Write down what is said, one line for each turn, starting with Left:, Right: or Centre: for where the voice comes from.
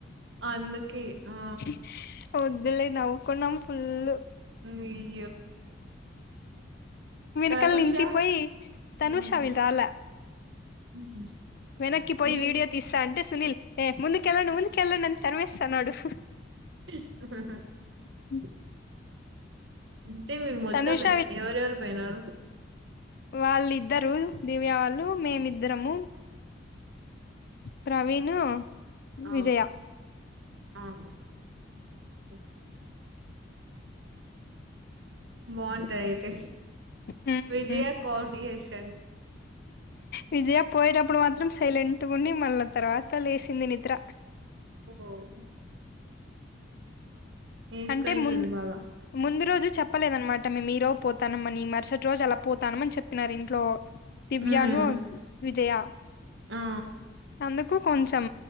Right: అందుకే ఆ
Left: <inaudible> ఒద్దులే నవ్వుకున్నం ఫుల్
Right: అ
Left: వెనకల్
Right: తనుష
Left: నించి పోయి తనుషవిల్రాలె
Right: ఏమన్ <inaudible>
Left: వెనక్కి పోయి
Right: మీ
Left: వీడియో తీస్తాంటే స్ సునీల్ ఏ ముందుకెల్లండి ముందుకెల్లండని తర్మేస్తు నాడు
Right: <inaudible>
Left: <inaudible>
Right: <inaudible> తే మీరు మొత్తం
Left: తనుష
Right: ఎత్ ఎవరెవరు పోయినారు
Left: వాళ్లిద్దరు దివ్య వాళ్ళు మేమిద్దరము ప్రవీణూ
Right: ఆ
Left: విజయ,
Right: <inaudible> బావుంటాయ్ ఐతే
Left: మ్మ్
Right: విజయా <inaudible> స్
Left: విజయ పోయెటప్పుడు మాత్రం సైలెంట్గుని మళ్ల తర్వాత లేసింది నిద్ర
Right: <inaudible> వేసుకుంటుంది
Left: అంటే ముంద్
Right: బాగా
Left: ముందు రోజు చెప్పలేదన్నమాట్ మేం రోజు పోతానం మని మరుసటి రోజు అలా పోతానం అని చెప్పినారు ఇంట్లో దివ్యాను
Right: హ్మ్
Left: విజయా,
Right: ఆ
Left: అందుకు కొంచెం